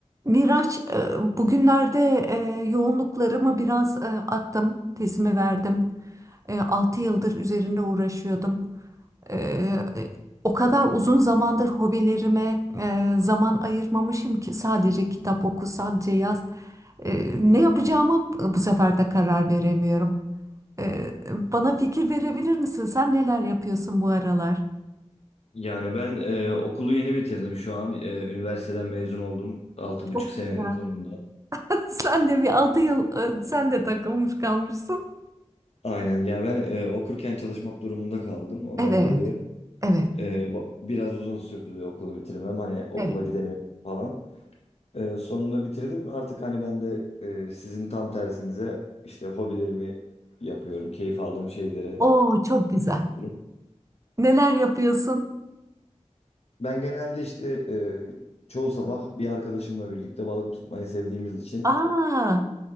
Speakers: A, on the right (about 25°); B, on the left (about 60°).
A: Miraç, e, bugünlerde e, yoğunluklarımı biraz e, attım, tezimi verdim. E, 6 yıldır üzerinde uğraşıyordum. E, e, O kadar uzun zamandır hobilerime e, zaman ayırmamışım ki sadece kitap oku, sadece yaz. E, Ne yapacağımı bu sefer de karar veremiyorum. E, Bana fikir verebilir misin? Sen neler yapıyorsun bu aralar?
B: Yani ben e, okulu yeni bitirdim şu an. E, üniversiteden mezun oldum. altı buçuk
A: Çok
B: senenin
A: güzel.
B: sonunda.
A: <laughs> Sen de bir 6 yıl, e, sen de takılmış kalmışsın.
B: Aynen ya ben e, okurken çalışmak durumunda kaldım. Ondan
A: Evet,
B: dolayı
A: evet.
B: e, bu- biraz uzun sürdü okulu bitirmem. Hani okula
A: Evet.
B: gidemiyorum falan. E, sonunda bitirdim. Artık hani ben de e, sizin tam tersinize işte hobilerimi yapıyorum. Keyif aldığım şeylere
A: Oo çok güzel.
B: yapıyorum.
A: Neler yapıyorsun?
B: Ben genelde işte e, çoğu sabah bir arkadaşımla birlikte balık tutmayı sevdiğimiz için
A: Aa,